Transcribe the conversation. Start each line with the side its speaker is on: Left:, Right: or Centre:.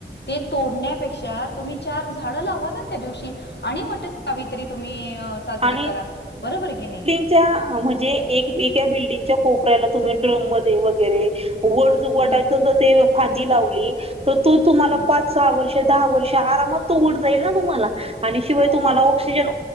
Left: ते तोडण्यापेक्षा तुम्ही चार झाडं लावा ना त्या दिवशी. आणि वट सावित्री तुम्ही साजरी
Right: आणि
Left: करा, बरोबर आहे की नाही?
Right: म्हणजे एका बिल्डिंगच्या कोपऱ्याला तुम्ही ड्रम मध्ये वगैरे वड वटाच
Left: हम्म,
Right: जर ते फांदी लावली तर तो तुम्हाला
Left: हम्म.
Right: पाच सहा वर्ष, दहा वर्ष आरामात तो वड जाईल ना तुम्हाला आणि शिवाय
Left: हो
Right: तुम्हाला ऑक्सिजन